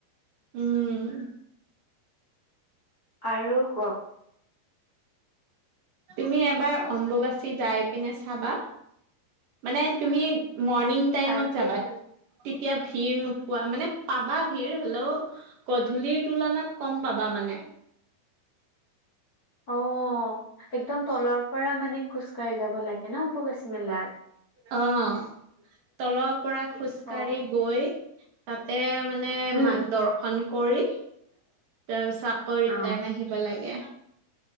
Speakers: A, on the right; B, on the left.
A: উম উ উ উ
B: আৰু কওক।
A: তুমি এবাৰ অম্বুবাচী যাই পিনে চাবা। মানে তুমি মৰ্ণিং টাইমত
B: তাকেইতো
A: যাবা। তেতিয়া ভিৰ নোপোৱা মানে পাবা ভিৰ হ'লেও অহ গধূলিৰ তুলনাত কম পাবা মানে।
B: অ অ অ একদম তলৰ পৰা মানে খোজকাঢ়ি যাব লাগে ন অম্বুবাচী মেলাত।
A: অঅঅ তলৰ পৰা খোজকাঢ়ি
B: অ
A: গৈ। তাতে মানে
B: উম
A: মাক দৰ্শন কৰি তাৰপিছত আকৌ
B: অ
A: ৰিটাৰ্ণ আহি আহিব লাগে।